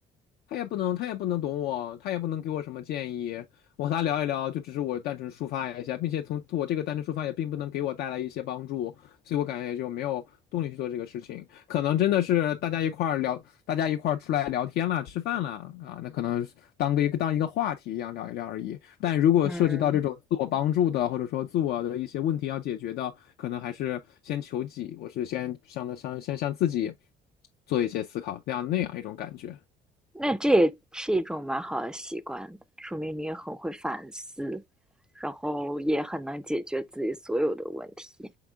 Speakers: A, on the left; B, in the centre.
A: 他也不能，他也不能懂我，他也不能给我什么建议。我和他聊一聊，就只是我单纯抒发一下，并且从我这个单纯抒发也并不能给我带来一些帮助，所以我感觉也就没有动力去做这个事情。可能真的是大家一块儿聊，大家一块儿出来聊天了，吃饭了啊，那可能当个一个当一个话题一样聊一聊而已。但如果涉及到这种自我帮助的，
B: 嗯。
A: 或者说自我的一些问题要解决的，可能还是先求己，我是先向的向先向自己做一些思考，那样那样一种感觉。
B: 那这也是一种蛮好的习惯的说明你也很会反思，然后也很能解决自己所有的问题。